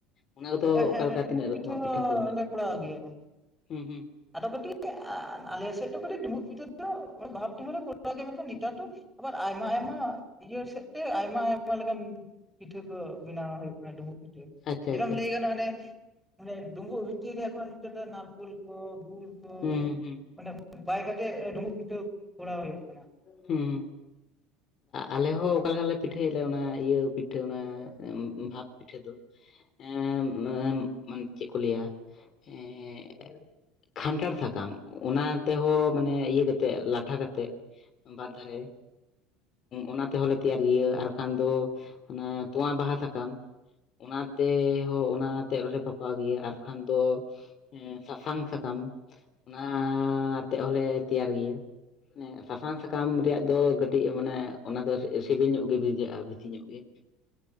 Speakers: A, on the left (about 45°); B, in the centre.
A: ᱚᱱᱟ ᱠᱚᱫᱚ
B: ᱦᱮᱸ
A: ᱚᱠᱟᱞᱮᱠᱟ
B: ᱦᱮᱸ ᱰᱩᱸᱵᱩᱜ
A: ᱛᱤᱱᱟᱹᱜ ᱨᱚᱠᱚᱢᱟᱜ ᱯᱤᱴᱷᱟᱹ ᱠᱚ ᱢᱮᱱᱟᱜᱼᱟ,
B: ᱦᱚᱸᱞᱮ ᱠᱚᱨᱟᱣ ᱜᱮᱭᱟ
A: ᱦᱩᱸᱦᱩ
B: ᱟᱫᱚ ᱠᱟᱹᱴᱤᱡ ᱟᱞᱮ ᱥᱮᱫ ᱫᱚ ᱠᱟᱹᱴᱤᱡ ᱰᱩᱢᱵᱩᱜ ᱯᱤᱴᱷᱟᱹ ᱫᱚᱼᱼ <inaudible> ᱵᱷᱟᱵ <unintelligible> ᱱᱤᱛᱟᱨ ᱫᱚ ᱟᱵᱟᱨ ᱟᱭᱢᱟ ᱟᱭᱢᱟᱼᱼ <inaudible> ᱤᱭᱟᱹ ᱥᱮᱫ ᱛᱮ ᱟᱭᱢᱟ ᱟᱭᱢᱟ ᱞᱮᱠᱟᱱ ᱯᱤᱴᱷᱟᱹ ᱠᱚ ᱵᱮᱱᱟᱣ ᱦᱩᱭᱩᱜ ᱠᱟᱱᱟ ᱰᱩᱢᱵᱩᱜ ᱯᱤᱴᱷᱟᱹᱼᱼ
A: ᱟᱪᱪᱷᱟ
B: <unintelligible>
A: ᱟᱪᱪᱷᱟ
B: ᱞᱟᱹᱭ ᱜᱟᱱᱚᱜ ᱟᱱᱮᱼᱼ ᱚᱱᱮ ᱰᱩᱢᱵᱩᱜ ᱵᱷᱤᱛᱤᱨ ᱨᱮ ᱮᱠᱷᱚᱱ ᱱᱤᱛᱚᱜ ᱫᱚ ᱱᱟᱨᱠᱩᱞ ᱠᱚ ᱜᱩᱲ ᱠᱚ
A: ᱦᱩᱸ ᱦᱩᱸ
B: ᱚᱱᱮᱼᱼ ᱵᱟᱭ ᱠᱟᱛᱮᱜ ᱰᱩᱸᱵᱩᱜ ᱯᱤᱴᱷᱟᱹ ᱠᱚᱨᱟᱣ ᱦᱩᱭᱩᱜ ᱠᱟᱱᱟ᱾
A: ᱦᱩᱸ ᱟᱞᱮ ᱦᱚᱸ ᱚᱠᱟ ᱞᱮᱠᱟᱞᱮ ᱯᱤᱴᱷᱟᱹᱭᱟᱞᱮ ᱚᱱᱟ ᱤᱭᱟᱹ ᱯᱤᱴᱷᱟᱹ ᱚᱱᱟ ᱵᱷᱟᱵᱽᱼᱼ ᱯᱤᱴᱷᱟᱹ ᱫᱚ <unintelligible> ᱪᱮᱫ ᱠᱚ ᱞᱟᱹᱭᱟ <unintelligible> ᱠᱷᱟᱱᱴᱷᱟᱲ ᱥᱟᱠᱟᱢ ᱚᱱᱟ ᱛᱮᱦᱚᱸ ᱢᱟᱱᱮ ᱤᱭᱟᱹ ᱠᱟᱛᱮᱜ ᱞᱟᱴᱷᱟ ᱾ <unintelligible> ᱵᱟᱨ ᱫᱷᱟᱨᱮᱼᱼ ᱚᱱᱟ ᱛᱮᱦᱚᱸᱞᱮ ᱛᱮᱭᱟᱨ ᱜᱤᱭᱟᱹ ᱟᱨ ᱵᱟᱝᱠᱷᱟᱱ ᱫᱚ ᱚᱱᱟ ᱛᱚᱣᱟ ᱵᱟᱦᱟ ᱥᱟᱠᱟᱢᱼᱼ ᱚᱱᱟ ᱛᱮ-ᱮ ᱦᱚᱸ ᱚᱱᱟᱛᱮᱜ ᱨᱮᱞᱮ ᱵᱟᱯᱷᱟᱣ ᱜᱮᱭᱟ ᱟᱨᱠᱷᱟᱱ ᱫᱚᱼᱼ ᱦᱮᱸ ᱥᱟᱥᱟᱝ ᱥᱟᱠᱟᱢ ᱚᱱᱟ-ᱟ ᱟᱛᱮᱜ ᱦᱚᱞᱮ ᱛᱮᱭᱟᱨ ᱜᱤᱭᱟᱹ ᱮ ᱥᱟᱥᱟᱝ ᱥᱟᱠᱟᱢ ᱨᱮᱭᱟᱜ ᱫᱚ ᱠᱟᱹᱴᱤᱡ ᱢᱟᱱᱮ ᱚᱱᱟ ᱫᱚ ᱥᱤᱵᱤᱞ ᱧᱚᱜ ᱜᱮ ᱵᱩᱡᱷᱟᱹᱣᱟ ᱵᱮᱥᱤ ᱧᱚᱜ ᱜᱮ,